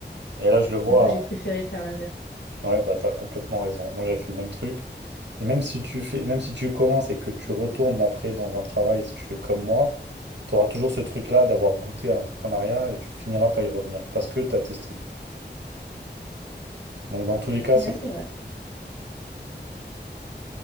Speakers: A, on the right (about 75°); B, on the left (about 75°).
A: Et là, je le vois.
B: Du coup, j'ai préféré faire l'inverse.
A: hein. Ouais, bah t'as complètement raison. Moi, j'avais fait le même truc. Et même si tu fais, même si tu commences et que tu retournes après dans un travail, si tu fais comme moi, tu auras toujours ce truc-là d'avoir goûté à l'entrepreneuriat et tu finiras par y revenir parce que tu as testé. Donc dans tous les cas,
B: Ouais,
A: c'est
B: c'est vrai.